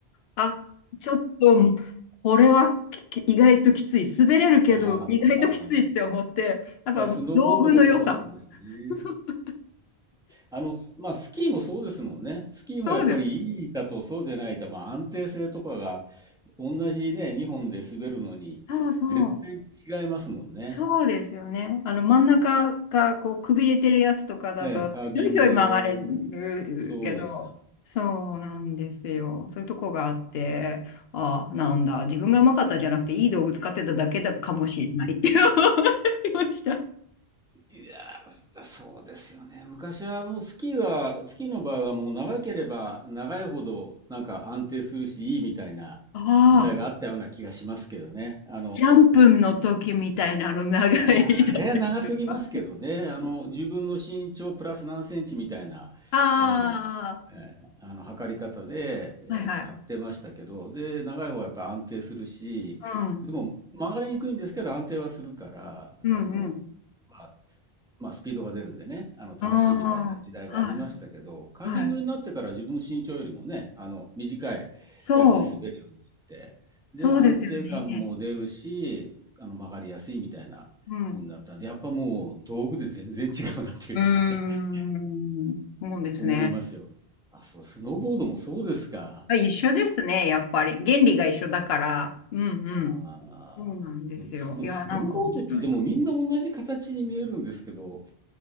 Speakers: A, on the left; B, in the centre.
A: あ、ちょっと、これはき意外ときつい。滑れるけど、
B: ああ、
A: 意外ときついって思って、やっぱ道具の良さ。
B: まあ、スノーボードもそうなんですね。ええ
A: <laughs>
B: あの、まあ、スキーもそうですもんね。スキーもやっぱりいい板とそうでない板、
A: そうです。
B: まあ、安定性とかが、同じね、2本で滑るのに、
A: そうそう。
B: 全然違いますもんね。
A: そうですよね。あの真ん中がこうくびれてるやつとかだと、
B: はいええ、カービング、
A: ひょいひょい曲がれるけど、
B: そうです。
A: そうなんですよ。そういうとこがあって、ああ、なんだ、自分がうまかったんじゃなくて、いい道具使ってただけだかもしれないって思いました。
B: いやー、そうですよね。昔はもうスキーは、スキーの場合はもう長ければ長いほどなんか安定するしいいみたいな
A: ああ、
B: 時代があったような気がしますけどね。あの、
A: ジャンプの時みたいなあの長いだってことですか
B: まああれは長すぎますけどね。あの、自分の身長プラス何センチみたいな、
A: あ
B: あの、えーあの測り方で、えー買ってましたけど、
A: あ、はいはい。
B: で、長い方はやっぱり安定するし、
A: うん、
B: でも曲がりにくいんですけど安定はするから、あの、
A: うん、うん。
B: まあ、まあ、スピードが出るんでね、あの、楽しいみたいな時代がありましたけど、
A: ああ、はい、
B: カービングになってから自分の身長よりもね、
A: はい。
B: あの、短いやつで滑るようになって、
A: そ
B: で、
A: う、そうですよね。
B: 安定感も出るし、あの、曲がりやすいみたいな風になったんで、
A: うん。
B: やっぱもう道具で全然違うなっていうのはね、
A: うーん。
B: <laughs>
A: そうですね。
B: 思いますよ。あ、そう、スノーボードもそうですか。
A: あ一緒ですね、やっぱり。原理が一緒だから。うんうん。
B: ああ、
A: そうなんですよ。
B: スノスノーボードってでもみんな同じ形に見えるんですけど、
A: いや、なんか面白いな。